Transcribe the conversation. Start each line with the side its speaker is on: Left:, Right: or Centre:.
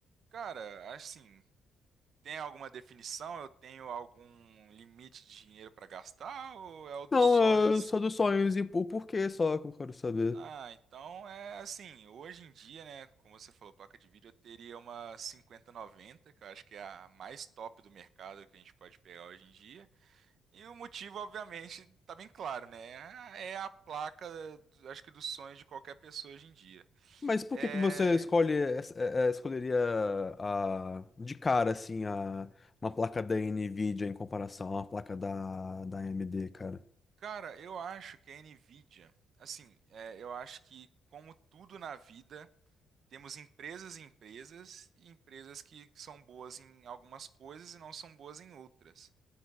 Right: cara, assim, tem alguma definição? Eu tenho algum limite de dinheiro pra gastar ou é o dos
Left: Não,
Right: sonhos?
Left: eu sou dos sonhos e o porquê só que eu quero saber.
Right: Ah, então é assim, hoje em dia, né, como você falou, placa de vídeo, eu teria uma 5090, que eu acho que é a mais top do mercado que a gente pode pegar hoje em dia. E o motivo, obviamente, tá bem claro, né? É a placa, do- acho que dos sonhos de qualquer pessoa hoje em dia.
Left: Mas por
Right: É,
Left: que que você escolhe, es- eh, eh, escolheria a, de cara, assim, a, uma placa da NVIDIA em comparação a uma placa da, da AMD, cara?
Right: cara, eu acho que a Nvidia, assim, é, eu acho que como tudo na vida, temos empresas e empresas, e empresas que são boas em algumas coisas e não são boas em outras.